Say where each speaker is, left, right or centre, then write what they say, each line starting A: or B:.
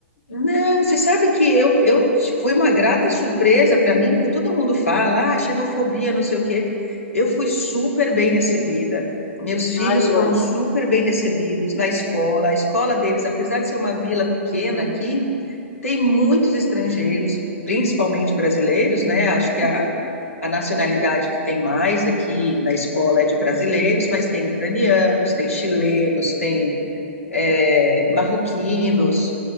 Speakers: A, on the left; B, on the left.
A: Não, você sabe que eu, eu foi uma grata surpresa para mim, porque todo mundo fala, ah, xenofobia, não sei o quê. Eu fui super bem recebida. Meus filhos
B: Ai, que
A: foram
B: bom.
A: super bem recebidos na escola. A escola deles, apesar de ser uma vila pequena aqui, tem muitos estrangeiros, principalmente brasileiros, né? Acho que
B: Uhum.
A: a, a nacionalidade que tem mais aqui na escola é de brasileiros, mas tem ucranianos, tem chilenos, tem eh, marroquinos